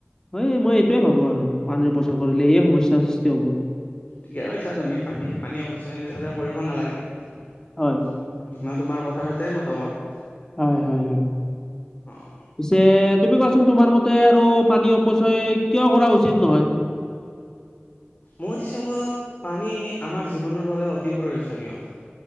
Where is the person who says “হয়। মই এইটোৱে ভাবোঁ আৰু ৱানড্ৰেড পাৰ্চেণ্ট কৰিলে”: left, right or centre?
Left